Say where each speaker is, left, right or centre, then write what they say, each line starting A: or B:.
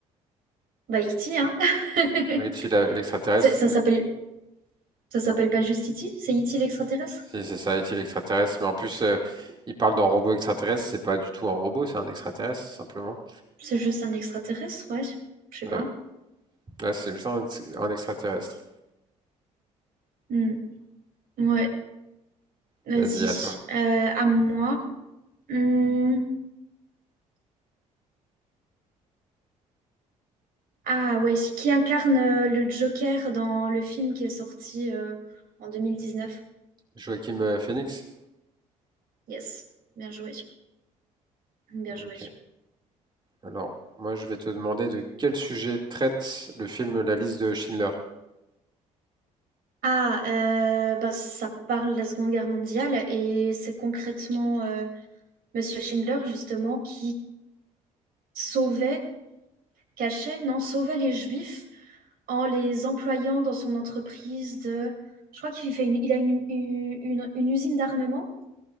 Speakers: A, on the right; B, on the right.
A: Bah E.T., hein? <laughs>
B: Oui, E.T. la- l'extraterrestre.
A: Ça, ça
B: mais-
A: s'appelle ça s'appelle
B: non,
A: pas juste E.T., c'est E.T. l'extraterrestre?
B: Si, c'est ça, E.T. l'extraterrestre. Mais en plus, euh, il parle d'un robot extraterrestre. C'est pas du tout un robot, c'est un extraterrestre, simplement.
A: C'est juste un extraterrestre, ouais. Je sais
B: Ouais,
A: pas.
B: ouais c'est juste un, ex- un extraterrestre.
A: Hmm. Ouais, vas-y.
B: Vas-y, à toi.
A: Euh, à moi. Hmm. Ah ouais, qui incarne euh, le Joker dans le film qui est sorti euh, en 2019.
B: Joachim euh, Phoenix?
A: Yes, bien joué, bien
B: Ok.
A: joué.
B: Alors, moi, je vais te demander de quel sujet traite le film La liste de Schindler.
A: Ah, euh, bah, ça parle de la Seconde Guerre mondiale et c'est concrètement euh, Monsieur Schindler justement qui sauvait, cachait, non, sauvait les Juifs en les employant dans son entreprise de... Je crois qu'il fait une, il a une, une, une usine d'armement